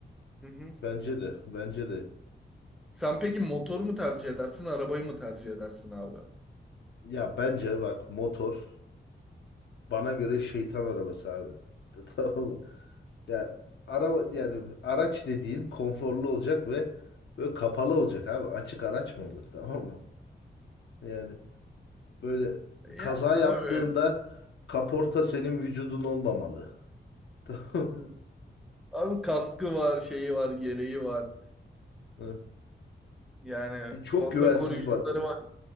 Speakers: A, in the centre; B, on the left.
A: Hı hı.
B: bence de bence de.
A: Sen peki motoru mu tercih edersin, arabayı mı tercih edersin abi?
B: Ya bence bak motor bana göre şeytan arabası abi. <laughs> Tamam mı? Ya araba yani araç dediğin konforlu olacak ve böyle kapalı olacak abi. Açık araç mı olur? <laughs> Tamam mı? Yani böyle kaza
A: Ya
B: yaptığında
A: abi.
B: kaporta senin vücudun olmamalı. <laughs> Tamam
A: bu- Abi kaskı var, şeyi var, geleği var.
B: mı?
A: Yani
B: E, Çok
A: onda
B: güvensiz
A: koruyucuları
B: bak.
A: var.